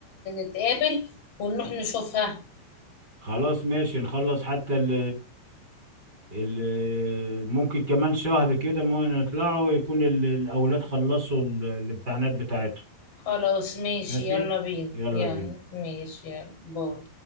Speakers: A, on the left (about 35°); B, on the right (about 20°).
A: نتقابل ونروح نشوفها
B: خلاص ماشي نخلص حتى ال ال ممكن كمان شهر كده ممكن نطلعوا يكون ال- الأولاد خلصوا ال- الامتحانات بتاعتهم
A: خلاص ماشي
B: ماشي
A: يلا بينا
B: يلا
A: يعني
B: بينا
A: ماشي يلا باي